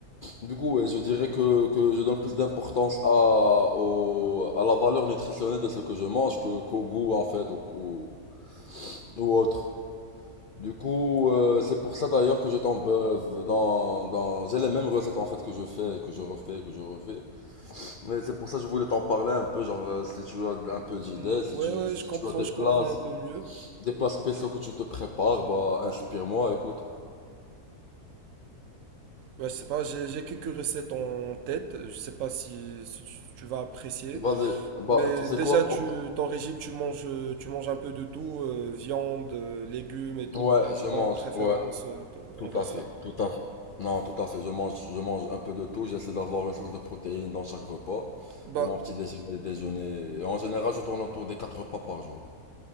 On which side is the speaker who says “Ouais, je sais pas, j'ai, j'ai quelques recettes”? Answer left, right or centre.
Right